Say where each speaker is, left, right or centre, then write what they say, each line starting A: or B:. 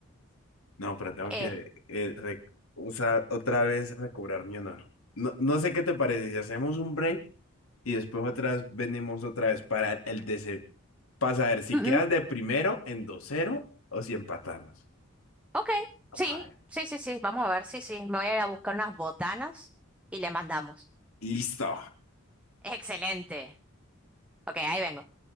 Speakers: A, on the left; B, in the centre.
A: No, pero tengo
B: Eh,
A: que eh, re- o sea, otra vez recobrar mi honor. No, no sé qué te parece si hacemos un break y después otras venimos otra vez para el DC, para saber si
B: mm,
A: quedas
B: mm,
A: de primero en dos cero o si empatamos.
B: ok,
A: Vamos
B: sí,
A: a ver.
B: sí, sí, sí, vamos a ver, sí, sí, me voy a ir a buscar unas botanas y le mandamos.
A: Listo.
B: Excelente. Ok, ahí vengo.